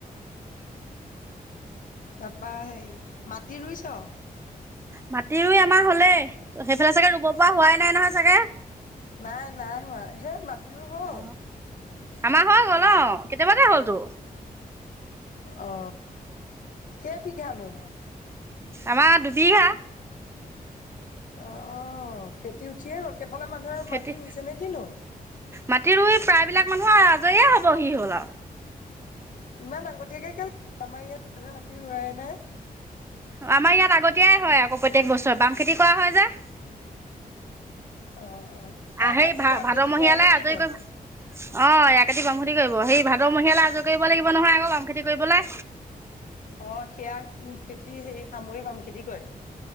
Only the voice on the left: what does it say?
তাৰপা সেই মাটি ৰুইছ?
নাই নাই হোৱা সেই মাটি ৰুই হ'ল?
অ, কেই বিঘানো?
অ খেতি উঠিয়ে গ'ল সেইফালে মানুহে
মাটি ৰুইছে নে কিনো?
ইমান আগতীয়াকে কে আমাৰ ইয়াত মানুহৰ মাটি ৰুৱাই নাই।
অ অ। সেয়া
কাটি
বাম
খেতি
কৰে নে কিনো
অ সেয়া উম খেতি হেৰি সামৰি বাম খেতি কৰে।